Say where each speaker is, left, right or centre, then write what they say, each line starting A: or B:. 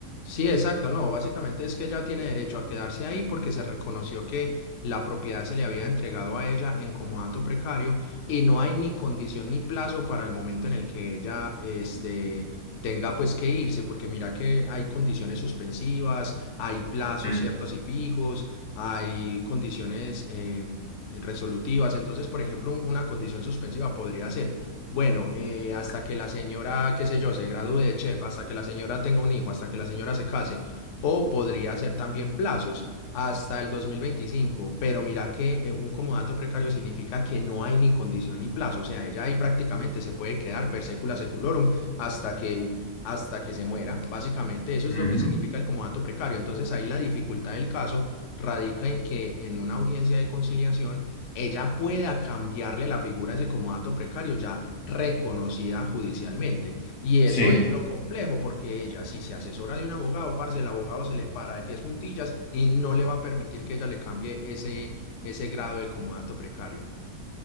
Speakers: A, on the left; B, on the left.
A: Sí, exacto, no, básicamente es que ella tiene derecho a quedarse ahí porque se reconoció que la propiedad se le había entregado a ella en comodato precario y no hay ni condición ni plazo para el momento en el que ella este, tenga pues que irse, porque mira que hay condiciones suspensivas, hay plazos
B: Ujú,
A: ciertos y fijos, hay condiciones em, resolutivas, entonces por ejemplo un- una condición suspensiva podría ser bueno, eh, hasta que la señora, qué sé yo, se gradúe de chef, hasta que la señora tenga un hijo, hasta que la señora se case, o podría ser también plazos hasta el 2025, pero mira que eh, un comodato precario significa que no hay ni condición ni plazo, o sea, ella ahí prácticamente se puede quedar per secula seculorum hasta que, hasta que se muera, básicamente eso es
B: ujú.
A: lo que significa el comodato precario, entonces ahí la dificultad del caso radica en que en una audiencia de conciliación ella pueda cambiarle la figura a ese comodato precario, ya reconocida judicialmente. Y eso
B: Sí,
A: es lo complejo, porque ella, si se asesora de un abogado, parce, el abogado se le para de pies juntillas y no le va a permitir que ella le cambie ese, ese grado de comodato precario.